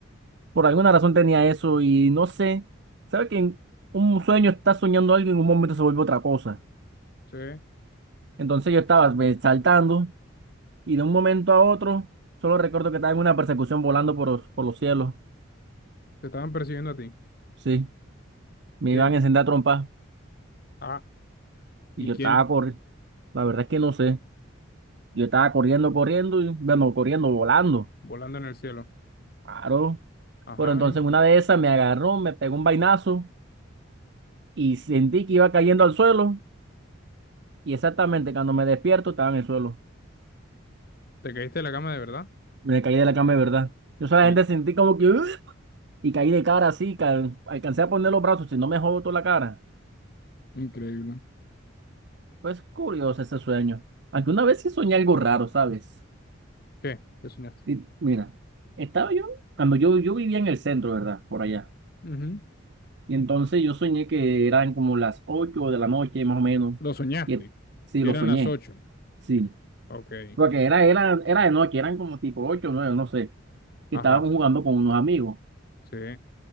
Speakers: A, on the right; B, on the left.
A: Por alguna razón tenía eso y no sé. ¿Sabes que en un sueño estás soñando algo y en un momento se vuelve otra cosa?
B: sí. Te
A: Entonces yo estaba ve, saltando y de un momento a otro solo recuerdo que estaba en una persecución volando por, los- por los cielos.
B: estaban persiguiendo a ti.
A: Sí, me
B: ¿Quién?
A: iban a encender a trompa
B: Ah, ¿y
A: y yo
B: quién?
A: estaba corriendo. La verdad es que no sé. Yo estaba corriendo, corriendo, y, bueno, corriendo, volando.
B: Volando en el cielo.
A: Claro.
B: Ajá,
A: Pero entonces
B: ¿y?
A: en una de esas me agarró, me pegó un vainazo y sentí que iba cayendo al suelo. Y exactamente cuando me despierto estaba en el suelo.
B: ¿Te caíste de la cama de verdad?
A: Me caí de la cama de verdad. Yo solamente
B: Y,
A: sentí como que... "Ugh", Y caí de cara así, cal- alcancé a poner los brazos y no me jodó toda la cara.
B: increíble.
A: Pues curioso ese sueño. Aunque una vez sí soñé algo raro, ¿sabes?
B: ¿Qué? ¿Qué soñaste?
A: Y, mira, estaba yo, cuando yo, yo vivía en el centro, ¿verdad? Por allá.
B: Ujú.
A: Y entonces yo soñé que eran como las 8 de la noche, más o menos.
B: Lo soñaste.
A: Y, sí,
B: Que
A: lo
B: eran
A: soñé,
B: las ocho.
A: sí.
B: Ok.
A: Porque era, era, era de noche, eran como tipo ocho o 9, no sé. Y
B: Ajá.
A: estábamos jugando con unos amigos.
B: Sí. O